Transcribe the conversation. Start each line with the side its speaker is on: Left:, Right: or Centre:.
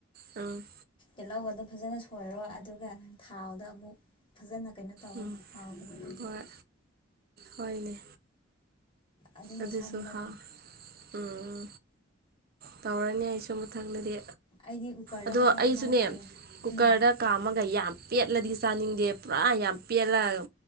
Right: ꯎꯝ
Left: ꯇꯍꯧꯒ ꯑꯥꯗꯨ ꯐꯖꯅ ꯁꯣꯏꯔꯣ ꯑꯗꯨꯒ ꯊꯥꯎꯗ ꯑꯃꯨꯛ ꯐꯖꯅ ꯀꯩꯅꯣ ꯇꯧꯑꯣ
Right: ꯎꯝ
Left: ꯍꯥꯎꯕꯅꯦ ꯑꯗꯨꯗꯤ
Right: ꯍꯣꯏ ꯍꯣꯏꯅꯦ
Left: ꯑꯗꯨꯅ
Right: ꯑꯗꯨꯁꯨ
Left: ꯁꯝꯕꯅꯦ
Right: ꯍꯥꯎ ꯎꯝ ꯇꯧꯔꯅꯤ ꯑꯩꯁꯨ ꯃꯊꯪꯗꯗꯤ
Left: ꯑꯩꯗꯤ ꯀꯨꯀꯔꯗ
Right: ꯑꯗꯣ
Left: ꯈꯛꯇ ꯑꯗꯨꯃꯥꯏꯅ
Right: ꯑꯩꯁꯨꯅꯦ
Left: ꯇꯧꯋꯦ
Right: ꯀꯨꯀꯔꯗ
Left: ꯎꯝ
Right: ꯀꯝꯃꯒꯥ ꯌꯥꯝ ꯄꯦꯠꯂꯗꯤ ꯆꯥꯅꯤꯡꯗꯦ ꯄꯨꯔꯥ ꯌꯥꯝ ꯄꯦꯠꯂꯒ